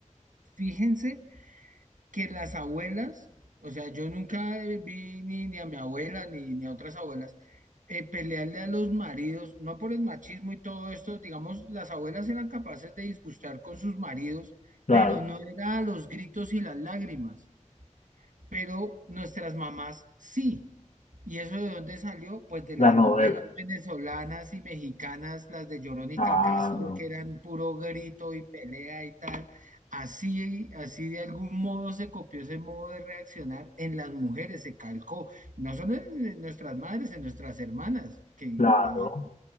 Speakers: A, on the right; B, on the left.
A: fíjense. que las abuelas, o sea, yo nunca vi ni, ni a mi abuela ni, ni a otras abuelas eh, pelearle a los maridos, no por el machismo y todo esto, digamos, las abuelas eran capaces de disgustar con sus maridos,
B: Claro,
A: pero no era a los gritos y las lágrimas, pero nuestras mamás sí. ¿Y eso de dónde salió? Pues de las
B: las novelas.
A: novelas venezolanas y mexicanas, las de Verónica
B: Claro,
A: Castro, que eran puro grito y pelea y tal. Así, así de algún modo se copió ese modo de reaccionar en las mujeres, se calcó, no solo en, en nuestras madres, en nuestras hermanas, que,
B: claro.
A: o sea,